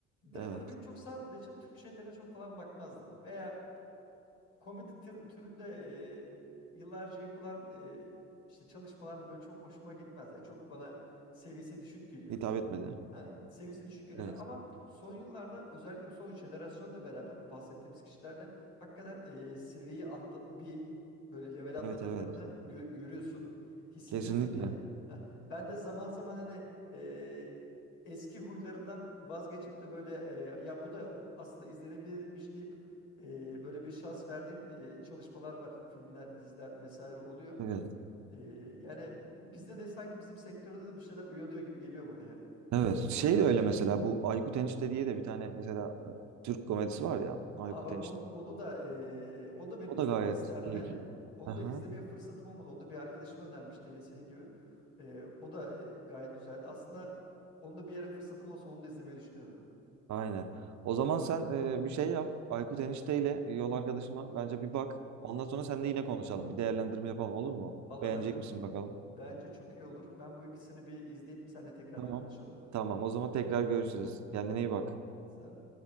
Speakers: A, on the left (about 70°); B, on the right (about 45°).
A: Drama
B: Evet.
A: da benim çok sarmadığı için Türk şeylerine çok falan bakmazdım. Veya komedi tür- türünde e, yıllarca yapılan e, işte çalışmalarda böyle çok hoşuma gitmez. Yani çok bana seviyesi düşük geliyordu.
B: Hitap etmedi.
A: Ha, seviyesi düşük geliyordu
B: Evet.
A: ama son yıllarda özellikle bu son jenerasyonla beraber bu bahsettiğimiz kişilerle hakikaten e, seviyeyi atla, bir böyle level atladıklarını
B: Evet evet.
A: gö- görüyorsun. Hissediyorsun
B: Kesinlikle.
A: yani. Ha, ben de zaman zaman hani e, eski huylarımdan vazgeçip de böyle e, ya bu da aslında izlenilmiş deyip ee, böyle bir şans verdiğim e, çalışmalar var. Filmler, diziler vesaire oluyor.
B: Evet.
A: Ee, yani bizde de sanki bizim sektörde de bir şeyler uyanıyor gibi geliyor bana ya.
B: Evet. Şey de öyle mesela bu Aykut Enişte diye de bir tane mesela e, Türk komedisi var ya Aykut
A: Aa bak
B: Enişte.
A: onu, onu da e, o da benim
B: O
A: izleme
B: da gayet
A: listemde.
B: keyifli.
A: Onu
B: Aha,
A: da izlemeye fırsatım olmadı. Onu da bir arkadaşım önermişti yine senin gibi. Ee, o da e, gayet güzeldi. Aslında onu da bir ara fırsatım olsa onu da izlemeyi düşünüyorum.
B: aynen. O zaman sen e, bir şey yap. Aykut enişteyle e, yol arkadaşıma bence bir bak. Ondan sonra seninle yine konuşalım. Bir değerlendirme yapalım olur mu?
A: Valla
B: Beğenecek
A: bence
B: misin bakalım?
A: bence çok iyi olur. Ben bu ikisini bir izleyeyim. Seninle tekrardan
B: Tamam.
A: konuşalım.
B: Tamam. O zaman tekrar görüşürüz. Kendine iyi bak.
A: Senle.